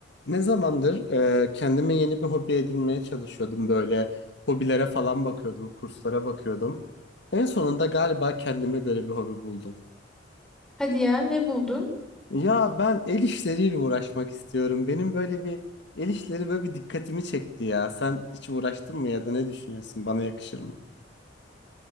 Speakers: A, on the left; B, in the centre.
A: Ne zamandır e, kendime yeni bir hobi edinmeye çalışıyordum böyle. Hobilere falan bakıyordum, kurslara bakıyordum. En sonunda galiba kendime göre bir hobi buldum.
B: Hadi ya ne buldun?
A: Ya ben el işleriyle uğraşmak istiyorum. Benim böyle bir el işleri böyle bir dikkatimi çekti ya. Sen hiç uğraştın mı ya da ne düşünüyorsun? Bana yakışır mı?